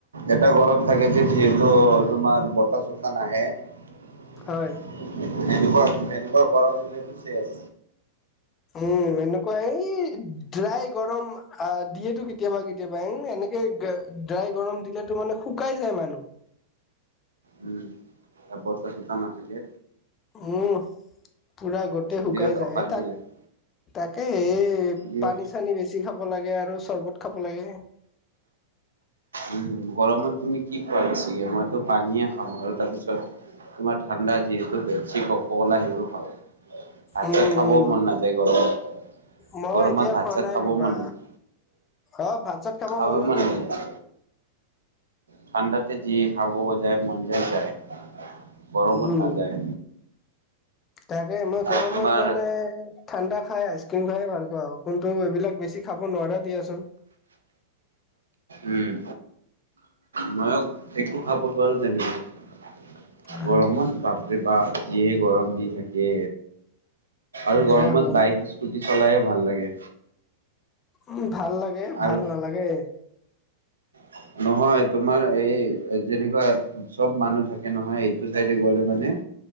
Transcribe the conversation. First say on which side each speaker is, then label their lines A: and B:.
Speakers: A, on the right; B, on the left.
A: এটা গৰম থাকে যে যিহেতু তোমাৰ বতাহ চতা নাহে। এনে
B: হয়।
A: এনেকোৱা গৰম দিলেতো চেচ।
B: উম, এনেকুৱা এই ড্ৰাই গৰম আহ দিয়েতো কেতিয়াবা কেতিয়াবা। এ এনেকে ড্ৰাই গৰম দিলেতো মানে শুকাই যায় মানুহ।
A: উম, <unintelligible> নাথকে।
B: উম। পুৰা গোটেই শুকাই
A: বিৰাট
B: যায়।
A: অশান্তি
B: তাক
A: লাগে।
B: তাকে এই
A: দিয়া
B: পানী-চানী বেছি খাব লাগে আৰু চৰ্বত খাব লাগে।
A: উম গৰমত তুমি কি খোৱা বেছিকে? মইতো পানীয়েে খাওঁ আৰু তাৰছত তোমাৰ ঠাণ্ডা যিহেতু পেপচি, ক'ককলা সেইবোৰ খাওঁ। ভাত-চাত
B: উম,
A: খাবও মন
B: উম,
A: নাযায় গৰমত।
B: মই
A: গৰমত
B: এতিয়া
A: ভাত
B: খোৱা
A: চাত
B: নাই
A: খাবও
B: ৰ'বা।
A: মন নাযায়
B: অ, ভাত-চাত খাব
A: খাবই
B: মন নাযায়টো।
A: নাযায় ঠাণ্ডাতে যি খাব জায় মন যায় যায়। গৰমত
B: উম
A: নাযায়।
B: তাকে মই
A: আৰু
B: গৰমত
A: তোমাৰ
B: মানে ঠাণ্ডা খাই আইচকিম খাই ভাল পাওঁ। কোনটো এইবিলাক বেছি খাব নোৱাৰা দিয়াচোন।
A: উম, মইও একো খাব নোৱাৰো তেনেকে।
B: হয়
A: গৰমত
B: হয়
A: বাপৰে বাপ যিয়ে গৰম দি থাকে। আৰু
B: বেয়া
A: গৰমত
B: গৰম
A: বাইক, স্কুটি চলায়েভাল লাগে।
B: উ ভাল লাগে?
A: আৰু
B: ভাল নালাগে।
A: <unintelligible> নহয়, তোমাৰ এই যেনেকুৱা চব মানুহ থাকে নহয়। এইটো চাইদে গলে মানে